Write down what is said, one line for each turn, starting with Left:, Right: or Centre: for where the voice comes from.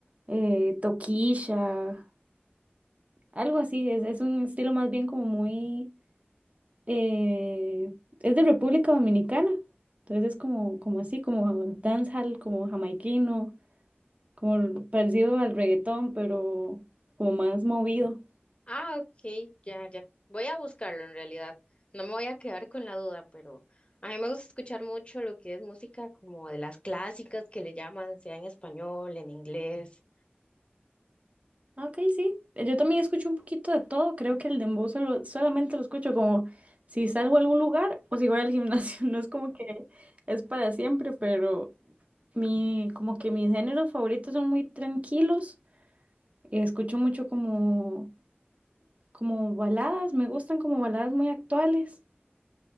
Right: eh, Toquilla, algo así, es, es un estilo más bien como muy, eh, es de República Dominicana, entonces es como, como así, como dancehall, como jamaiquino. como parecido al reggaetón, pero como más movido.
Left: Ah, ok, ya, ya. Voy a buscarlo en realidad. No me voy a quedar con la duda, pero a mí me gusta escuchar mucho lo que es música como de las clásicas que le llaman, sea en español, en inglés.
Right: Ok, sí. Yo también escucho un poquito de todo. Creo que el dembow solo, solamente lo escucho como si salgo a algún lugar o si voy al gimnasio. <laughs> No es como que es para siempre, pero mi, como que mis géneros favoritos son muy tranquilos. Escucho mucho como, como baladas. Me gustan como baladas muy actuales